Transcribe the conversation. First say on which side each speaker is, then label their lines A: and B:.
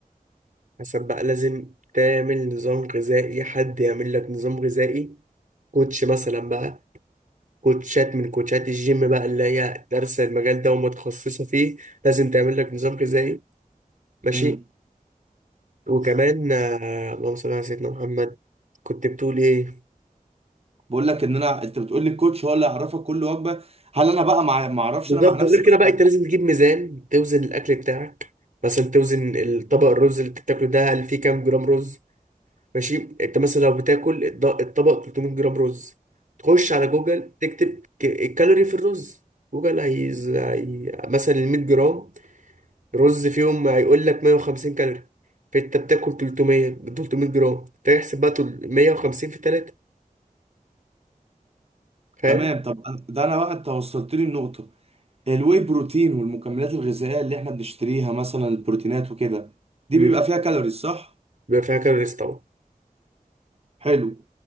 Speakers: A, on the right (about 60°); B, on the right (about 40°).
A: حسب بقى لازم تعمل نظام غذائي حد يعمل لك نظام غذائي كوتش مثلا بقى كوتشات من كوتشات الجيم بقى اللي هي دارسه المجال ده ومتخصصه فيه لازم تعمل لك نظام غذائي ماشي
B: امم
A: وكمان آه، اللهم صل على سيدنا محمد كنت بتقول ايه
B: بقول لك ان انا انت بتقول لي الكوتش هو اللي يعرفك كل وجبه هل انا بقى مع ما اعرفش
A: بالظبط
B: انا مع نفسي
A: غير كده
B: مثلا
A: بقى انت لازم تجيب ميزان توزن الاكل بتاعك مثلا توزن الطبق الرز اللي بتاكله ده هل فيه كام جرام رز ماشي انت مثلا لو بتاكل الض- الطبق 300 جرام رز تخش على جوجل تكتب ك- الكالوري في الرز جوجل هيز هي... مثلا ال 100 جرام رز فيهم هيقول لك 150 كالوري فانت بتاكل 300 300 جرام فيحسب بقى تل- 150 في 3 فاهم
B: تمام طب أنا- ده انا بقى انت وصلت لي النقطه الواي بروتين والمكملات الغذائية اللي احنا بنشتريها مثلا البروتينات وكده دي
A: امم
B: بيبقى فيها كالوريز صح؟
A: بيبقى فيها كالوريز طبعا
B: حلو